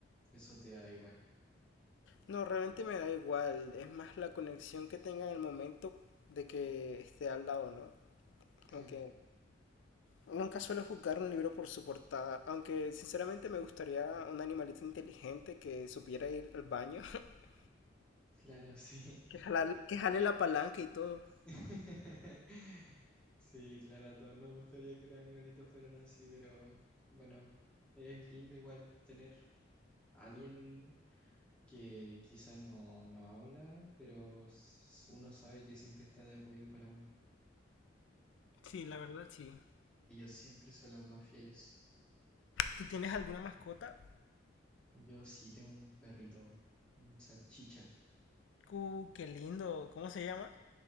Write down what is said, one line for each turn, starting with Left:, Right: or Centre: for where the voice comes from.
Centre: eso te da igual?
Left: No, realmente me da igual, es más la conexión que tenga en el momento de que esté al lado, ¿no?
Centre: Claro,
Left: Como que nunca suelo juzgar un libro por su portada, aunque sinceramente me gustaría un animalito inteligente que supiera ir al baño, <laughs>
Centre: claro, sí.
Left: que jalar- que jale la palanca y todo.
Centre: <laughs> Sí, claro, a todos nos gustaría que los animalitos fueran así, pero bueno, es lindo igual tener a alguien que quizá no, no habla, pero s- uno sabe que siempre está de apoyo para uno.
Left: Sí, la verdad sí.
Centre: Ellos siempre son los más fieles.
Left: ¿Tú tienes alguna mascota?
Centre: Yo sí tengo un perrito, un salchicha,
Left: Uh, qué lindo. ¿Cómo se llama?